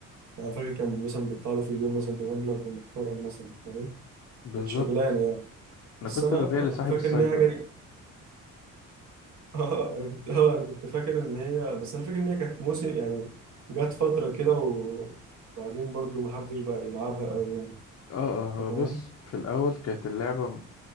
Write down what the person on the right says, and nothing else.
انا فاكر كان مثلا بيطلع له في اليوم مثلا بمبلغ محترم مثلا فاهم
كانت شغلانة يعني
بس
انا
فاكر
ان هي جت اه انا كنت اه انا كنت فاكر ان هي بس انا فاكر ان هي كانت موسم يعني جت فتره كده وبعدين برضو ما حدش بقى يلعبها قوي يعني
انت
فاهم